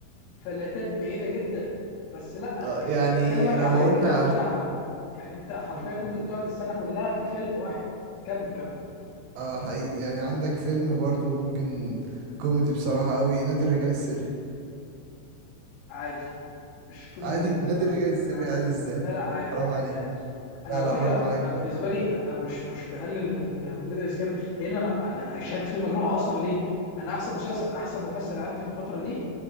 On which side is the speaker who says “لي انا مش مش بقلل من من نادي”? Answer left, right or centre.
Left